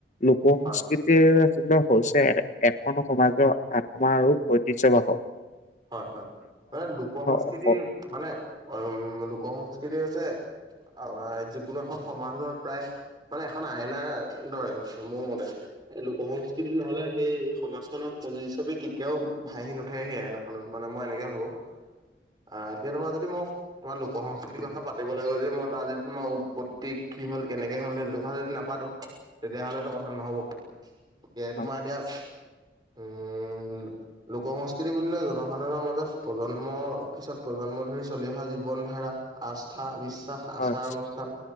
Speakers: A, on the left; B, on the right.
A: লোক সংস্কৃতিৰ
B: হয়
A: আচলতে হৈছে এখন সমাজৰ আত্মা আৰু ঐতিহ্যবাহক
B: হয়, হয়, মানে লোক সংস্কৃতি
A: অস-
B: মানে উম লোক সংস্কৃতি হৈছে অ যিকোনো এখন সমাজৰ প্ৰায় মানে এখন আইনাৰ দৰে মোৰ মতে। এ লো লোক সংস্কৃতি নহ'লে সেই সমাজখনত পতি চবি কেতিয়াও ভাঁহি নুঠে সেই আইনা। মানে মই এনেকে ভাবোঁ, আহ এতিয়া তোমাৰ যদি মোক তোমাৰ লোক সংস্কৃতিৰ কথা পাতিবলৈ গৈ যদি মই তাত যদি তোমাৰ উৎপত্তি কি হ'ল, কেনেকে হ'ল সেইটো কথা যদি না পাতোঁ তেতিয়াহলেতো কথা নহ'ব। এ
A: হয়
B: তোমাৰ এতিয়া উ উম, লোক সংস্কৃতি বুলিলে য জনসাধাৰণৰ মাজত প্ৰজন্মৰ পিছত প্ৰজন্ম ধৰি চলি অহা জীৱন ধাৰা আস্থা, বিশ্বাস, আচাৰ
A: হয়
B: - অনুষ্ঠান